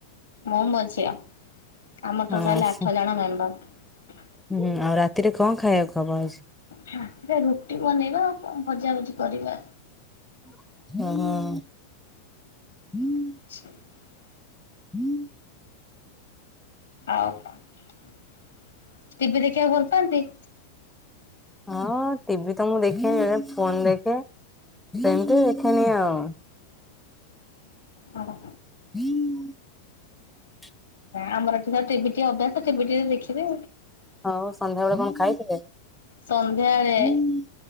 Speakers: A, on the left; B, in the centre.
A: ମୁଁ ମୋ ଝିଅ। ଆମ ଟୋଟାଲି
B: ଆଚ୍ଛା।
A: ଆଠ ଜଣ ମେମ୍ବର।
B: ହୁଁ ଆଉ ରାତିରେ କଣ ଖାଇବାକୁ ହବ ଆ
A: ହ ରାତିରେ ରୁଟି ବନେଇବା ଆଉ କଣ ଭଜାଭଜି କରିବା।
B: ହଁ ହ।
A: <inaudible>
B: ହୁଁ <unintelligible>
A: ଆଉ କଣ, ଟିଭି ଦେଖିବାକୁ ଭଲ ପାଆନ୍ତି?
B: ହଁ ଟିଭି ତ ମୁଁ ଦେଖେ ଏ ଫୋନ୍ ଦେଖେ ସେମିତି ଦେଖେନି ଆଉ।
A: ହଁ
B: ହଁ
A: ଆମର ଏଠି ଖାଲି ଟିଭି ଟିଏ ଅଭ୍ୟାସ ଟିଭିଟିଏ ଦେଖିବେ।
B: ହଉ ସନ୍ଧ୍ୟାବେଳେ କଣ ଖାଇଥିଲେ?
A: ସନ୍ଧ୍ୟାବଳେ
B: ଓହୋ